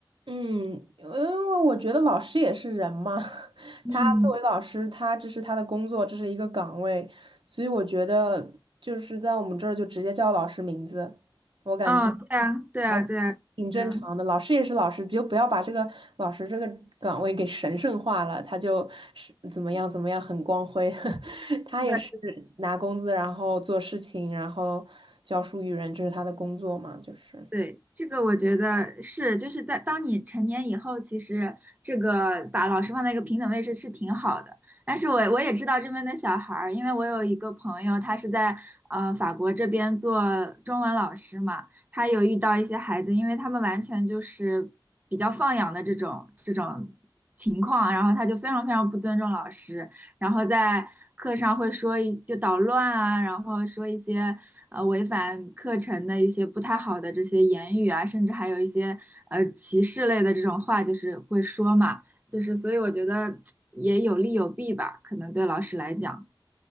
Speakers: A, on the right (about 80°); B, on the right (about 20°).
A: 嗯，因为我觉得老师也是人嘛，<laughs>
B: 嗯，
A: 他作为老师，他这是他的工作，这是一个岗位，所以我觉得就是在我们这儿就直接叫老师名字，我感觉
B: 啊，对啊，对啊，
A: 还
B: 对啊，
A: 挺正常的。
B: 对啊。
A: 老师也是老师，就不要把这个老师这个岗位给神圣化了，他就是怎么样怎么样很光辉，<laughs> 他也是
B: 是的。
A: 拿工资，然后做事情，然后教书育人，这是他的工作嘛，就是。
B: 对，这个我觉得是，就是在当你成年以后，其实这个把老师放在一个平等位置是挺好的。但是我我也知道这边的小孩儿，因为我有一个朋友，他是在呃法国这边做中文老师嘛，他有遇到一些孩子，因为他们完全就是比较放养的这种这种情况，然后他就非常非常不尊重老师，然后在课上会说一就捣乱啊，然后说一些呃违反课程的一些不太好的这些言语啊，甚至还有一些呃歧视类的这种话，就是会说嘛，就是所以我觉得也有利有弊吧，可能对老师来讲。